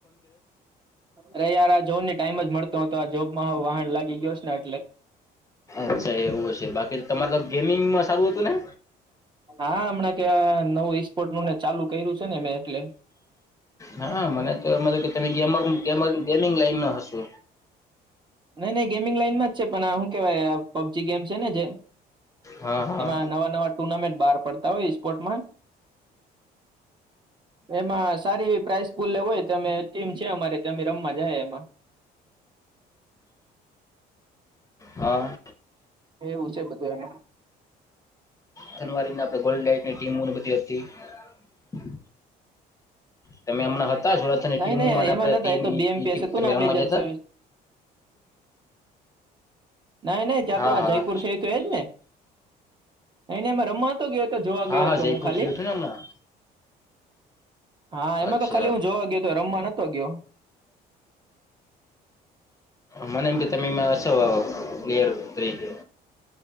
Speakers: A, on the right; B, on the left.
A: અરે યાર આ જોને ટાઈમ જ મળતો ન હતો આ જોબ <unintelligible> વાહન લાગી ગયો છે આટલે.
B: અચ્છા એવું છે બાકી તમારે તો ગેમિંગમાં સારું હતું ને
A: હા હમણા ક આ નવું ઈસ્પોર્ટ નું ચાલુ કર્યું છે ને મેં એટલે
B: હા મને તો મને તો કે તમે ગેમર-ગમેર ગેમિંગ લાઈનમાં હશો.
A: નહી નહી ગેમિંગ લાાઈન માં જ છે પણ આ હુ કેવાય પબજી ગેમ છે ને જે
B: હા હા
A: એમાં નવા નવા ટુર્નામેન્ટ બહાર પડતા હોય ઈસ્પોર્ટમાં એમાં સારી એવી પ્રાઇસ પુલ્લે હોય તે અમે ટીમ છે અમારે તમે રમવા જાય એમાં.
B: હા.
A: એવું છે બધું એમાં
B: જનુઆરીના આપડે ગોલડાઇટ ટીમું ને બધી હતી. તમે હમણાં હતા સુરતની
A: નહી
B: ટીમોમાં
A: નહી
B: ને
A: એમાં
B: આપણે ટીમ
A: નતા એતો
B: ઈ
A: બે એમ
B: ઈ
A: પેસ
B: ટીમ
A: હતું
B: તમે
A: ના
B: રમવા
A: બે હજાર
B: જતા
A: છવીસ <inaudible> નાહિ નહિ ત્યાં
B: હા
A: તો આ
B: હા
A: જયપુર છે એ તો એજ ને. નઈ નઈ મા રમમાતો નતો ગયો હતો એતો જોવા
B: હા
A: ગયો
B: હા
A: હતો હું
B: જયપુર
A: ખાલી.
B: થયું હતું ને હમણાં
A: હા એમાં
B: અચ્છા
A: તો ખાલી હું જોવા ગયો તો રમમાં નતો ગયો.
B: મને એમ કે તમેમાં હશો પ્લેયર તરીકે.